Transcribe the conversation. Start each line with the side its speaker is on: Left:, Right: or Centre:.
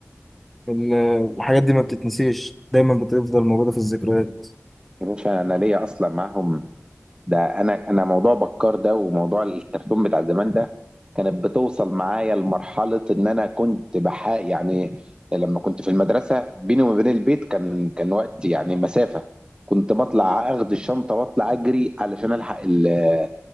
Centre: ال- الحاجات دي ما بتتنسيش دايما بتفضل موجوده في الذكريات
Right: يا باشا انا ليا اصلا معاهم ده انا انا موضوع بكار ده وموضوع الكرتون بتاع زمان ده كانت بتوصل معايا لمرحله ان انا كنت بحا يعني لما كنت في المدرسه بيني وما بين البيت كان كان وقت يعني مسافه كنت بطلع اخد الشنطه واطلع اجري علشان الحق ال